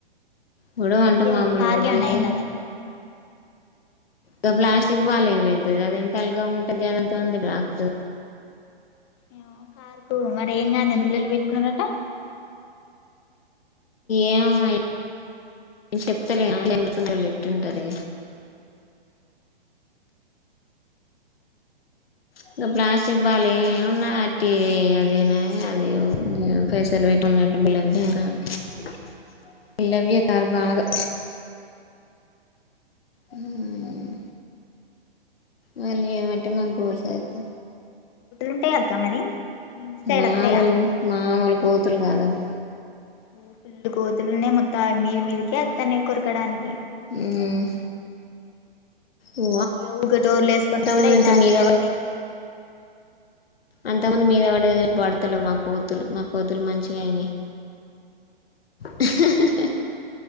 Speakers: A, on the left (about 70°); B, on the left (about 25°).
A: గొడవ అంటే
B: అయ్యో
A: మామూలు
B: కారుకి
A: గొడవ
B: ఏమన్నా
A: చేయ్యలే
B: అయిందా మరి
A: గ ప్లాస్టిక్ బాలు ఏమైతది అది ఎంత తల్గా ఉన్ గవంత వందలా ఆతు
B: ఈమె కార్కు మరి ఏం కానీ ఎందుకు లొల్లి పెట్టుకున్నారట
A: ఏమో నేను చెప్తలే లొల్లి ఎట్టుంటాది ఇంకా ప్లాస్టిక్ బాలు ఏ ఉన్నా అట్టి అదేనా అది పైసలు పెట్టికున్నట్టు బిల్డప్! !! బిల్లప్ చేస్తారు బాగా ఉమ్ మళ్ళీ ఏమంటే మాకు గోసేతే
B: ఉంటాయ అక్క మరి మీ ఇంటి సైడ్
A: మామూలు
B: వత్తయా
A: మామూలు బూతులు కాదు అవి
B: ఉమ్ పిల్లు కోతులున్నాయి మొత్తం మీది మీదికే వత్తన్నాయి కొరకడానికి
A: ఉమ్ ఓ
B: ఇ ఊగా డోర్లు ఏసుకోని
A: అంతకుముందు
B: కూడా అయితాంది
A: ఇంకా మీద
B: అన్ని
A: అంతమంది మీద వడి ఏ పడుతలేదు
B: ఆ
A: మాకు మా కోతులు మంచిగా అయినాయి హి హి హి హి